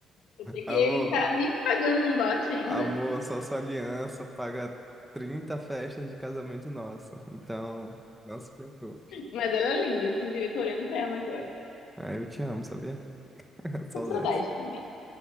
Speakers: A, on the left (about 85°); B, in the centre.
A: Eu peguei,
B: amor,
A: tá me pagando um dote ainda.
B: amor, só sua aliança paga 30 festas de casamento nossa. Então, não se preocupe.
A: Mas ela é linda, inclusive eu tô olhando pra ela agora.
B: Ah, eu te amo, sabia? <laughs> Saudades.
A: Tô com saudade também.